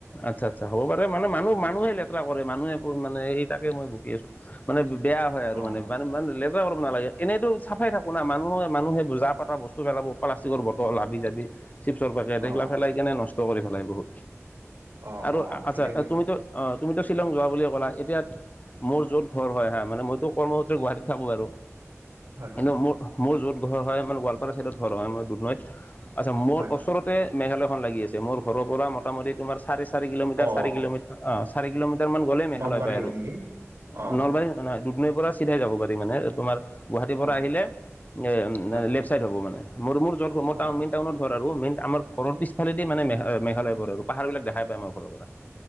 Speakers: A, on the left; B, on the right.
A: আচ্ছা আচ্ছা, হ'ব পাৰে মানে। মানুহ-মানুহে লেতেৰা কৰে, মানুহে মানে এই তাকে মই বুকি আছো। মানে বেয়া হয় আৰু
B: অ
A: মানে। মানে ইমান লেতেৰা কৰিব নালাগে, এনেইতো চাফাই থাকো না মানুহে মানুহে যা পাতা বস্তু পেলাব প্লাষ্টিকৰ বটল আদি। চিফছৰ পেকেট এইগিলা
B: অ
A: পেলাই কেনে নষ্ট কৰি পেলাই বহুত।
B: অ
A: আৰু
B: অ ঠিকে
A: আচ্ছা,
B: কৈছে
A: তুমিতো অ' তুমিতো শ্বিলং যোৱা বুলিয়ে ক'লা। এতিয়া মোৰ য'ত ঘৰ হয় হা মইতো কৰ্মসূত্ৰে গুৱাহাটীত থাকো আৰু।
B: হয়
A: কিন্তু
B: হয়
A: মোৰ মোৰ য'ত ঘৰ হয় মানে গোৱালপাৰা চাইডত ঘৰ হয় মই দুনৈত, আচ্ছা মোৰ
B: হয়
A: ওচৰতে মেঘালয়খন লাগি আছে, মোৰ ঘৰৰ পৰা মোটামুটি তোমাৰ চাৰে-চাৰি কিলোমিটাৰ,
B: অ
A: চাৰি কিলোমিটাৰ, অ'। চাৰি কিলোমিটাৰমান গ'লেই মেঘালয়
B: নলবাৰী
A: পায়
B: হয়
A: আৰু।
B: নেকি অ
A: নলবাৰী নহয় দুদনৈ পৰা চিধাই যাব পাৰি মানে, তোমাৰ গুৱাহাটীৰ পৰা
B: অ
A: আহিলে এ
B: হয়
A: লেফ্ট চাইড হ'ব মানে, মোৰ মোৰ য'ত
B: অ অ
A: <unintelligible> টাউনত ঘৰ, আৰু মেইন আমাৰ ঘৰ পিছফালেদি মানে মেঘালয় পৰে, আৰু পাহাৰ বিলাক দেখাই পায় আৰু ঘৰৰ পৰা।